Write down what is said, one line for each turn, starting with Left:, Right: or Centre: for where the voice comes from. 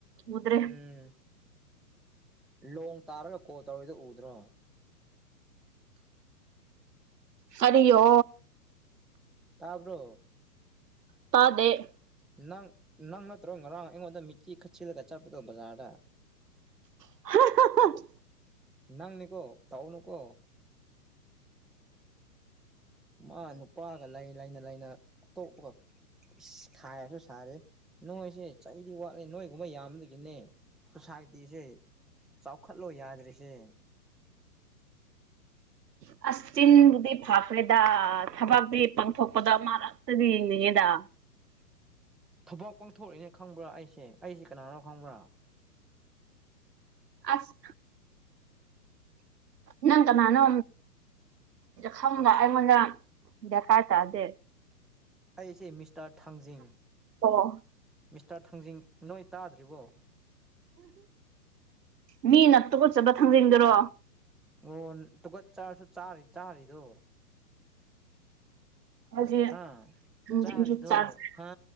Right: ꯎꯗ꯭ꯔꯦ
Centre: ꯎꯝ ꯂꯣꯡ ꯇꯥꯔꯒ ꯀꯣꯜ ꯇꯧꯔꯔꯤꯗ ꯎꯗ꯭ꯔꯣ
Right: ꯀꯔꯤꯌꯣ
Centre: ꯇꯥꯕ꯭ꯔꯣ
Right: ꯇꯥꯗꯦ
Centre: ꯅꯪ ꯅꯪ ꯅꯠꯇ꯭ꯔꯣ ꯉꯔꯥꯡ ꯑꯩꯉꯣꯟꯗ ꯃꯤꯆꯤ ꯈꯠꯆꯜꯂꯒ ꯆꯠꯄꯗꯣ ꯕꯖꯥꯔꯗ
Right: <unintelligible>
Centre: ꯅꯪꯅꯤꯀꯣ ꯇꯥꯎꯅꯨꯀꯣ ꯃꯥ ꯅꯨꯄꯥꯒ ꯂꯩꯅ ꯂꯩꯅ ꯑꯇꯣꯞꯄꯒ ꯏꯁ ꯈꯥꯏꯔꯁꯨ ꯁꯥꯔꯦ ꯅꯣꯏꯁꯦ ꯆꯩꯗꯤ ꯋꯥꯠꯂꯤꯦ ꯅꯣꯏꯒꯨꯝꯕ ꯌꯥꯝꯕꯗꯒꯤꯅꯦ ꯁꯣꯁꯥꯏꯇꯤꯁꯦ ꯆꯥꯎꯈꯠꯂꯣ ꯌꯥꯗ꯭ꯔꯤꯁꯦ
Right: ꯑꯁ ꯆꯤꯟꯕꯨꯗꯤ ꯐꯈ꯭ꯔꯦꯗ ꯊꯕꯛꯇꯤ ꯄꯥꯡꯊꯣꯛꯄꯗ ꯑꯃ ꯉꯛꯇꯗꯤ ꯌꯦꯡꯅꯤꯡꯉꯦꯗ
Centre: ꯊꯧꯕꯥꯛ ꯄꯥꯡꯊꯣꯔꯛꯏꯅꯦ ꯈꯪꯕ꯭ꯔꯥ ꯑꯩꯁꯦ ꯑꯩꯁꯦ ꯀꯅꯥꯅꯣ ꯈꯪꯕ꯭ꯔꯥ
Right: ꯑꯁ ꯅꯪ ꯀꯅꯥꯅꯣ ꯈꯪꯕ ꯑꯩꯉꯣꯟꯗ ꯗꯔꯀꯥꯔ ꯇꯥꯗꯦ
Centre: ꯑꯩꯁꯦ ꯃꯤꯁꯇꯔ ꯊꯥꯡꯖꯤꯡ
Right: ꯑꯣ
Centre: ꯃꯤꯁꯇꯔ ꯊꯥꯡꯖꯤꯡ ꯅꯣꯏ ꯇꯥꯗ꯭ꯔꯤꯕꯣ
Right: ꯃꯤꯅ ꯇꯨꯀꯠꯆꯥꯕ ꯊꯥꯡꯖꯤꯡꯗꯨꯔꯣ
Centre: ꯑꯣ ꯇꯨꯀꯠ ꯆꯥꯔꯁꯨ ꯆꯥꯔꯤ ꯆꯥꯔꯤꯗꯣ
Right: ꯍꯧꯖꯤꯛ
Centre: ꯍꯥ
Right: ꯊꯥꯡꯖꯤꯡꯁꯨ
Centre: ꯆꯔꯤꯗꯣ
Right: ꯆꯥꯁꯦ
Centre: ꯍꯥ